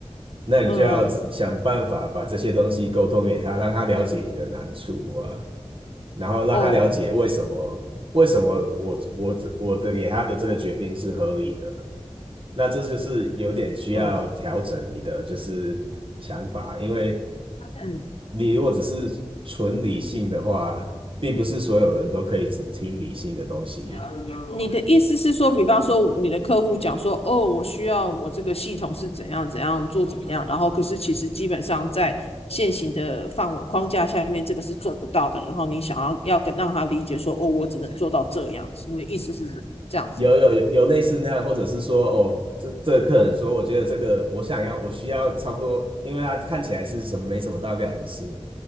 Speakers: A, on the right; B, on the left.
A: 那你就要想办法把这些东西沟通给他，
B: 嗯。
A: 让他了解你的难处啊，然后让他了解为什么为什么我我我的给他的这个决定是合理的。
B: 哦，
A: 那这就是有点需要调整你的就是想法，
B: 嗯
A: 因为
B: 嗯
A: 你如果只是纯理性的话，并不是所有人都可以只听理性的东西。
B: 嗯，你的意思是说，比方说你的客户讲说，哦，我需要我这个系统是怎样怎样做怎么样，然后可是其实基本上在现行的范围框架下面，这个是做不到的。然后你想要要跟让他理解说，哦，我只能做到这样子。你的意思是这样子？
A: 有有有有类似那样，或者是说，哦，这这个客人说，我觉得这个我想要，我需要差不多，因为他看起来是什么没什么大不了的事，